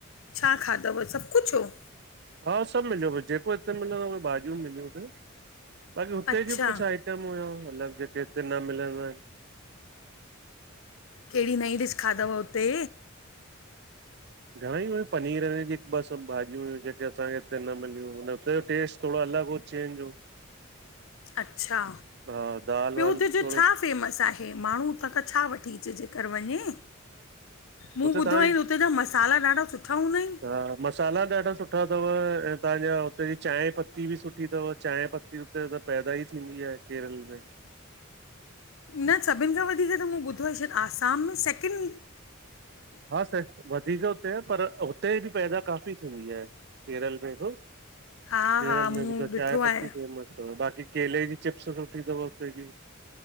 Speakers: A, on the left; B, on the right.
A: छा खादव, सभु कुछु हो?
B: हा सभु मिलियो ॿस ॼेको हिते मिलंदो आ ‌उहे भाॼियूं मिलियूं हुते बाक़ी हुते
A: अच्छा
B: ॼो ॿि कुझु आइट आईटम मतलब जेके हिते न मिलंदा आहिनि
A: कहिड़ी नईं ॾिश खादव उते?
B: घणे हुई पनीर वनीर ॼी हिकु ॿ सभु भाॼियूं हुयूं जेके असांखे हिते न मिलियूं हुन उते ॼो टेस्ट थोड़ो अलॻि हो चेंज हो
A: अच्छा
B: हा दाल
A: ॿियो
B: वाल
A: हुते
B: बि थोरो
A: जो छा फेमस आहे माण्हूँ उतां खां छा वठी चे जेकर वंञें मूं
B: हुते तव्हांजी
A: ॿुधो आहे हुते ॼा मसाला ॾाढा सुठा हूंदा इनि।
B: हा मसाला ॾाढा सुठा तव ऐं तव्हांजा हुते ॼी चांहि पत्ती ॿि सुठी तव चांहि पत्ती हुते त पैदा ई थींदी आए केरल में।
A: न सभिनि खां वधीक त मूं ॿुधो आहे शायदि आसाम में सैकिेंड
B: हा सैक् वधीक हुते आ पर हुते ॿि पैदा काफ़ी थींदी आहे केरल में ॿि
A: हा
B: केरल
A: हा मूं
B: में ॿि त
A: ॾिठो
B: चाय
A: आहे
B: पत्ती फेमस तव बाक़ी केले ॼी चिप्स सुठी तव उते ॼी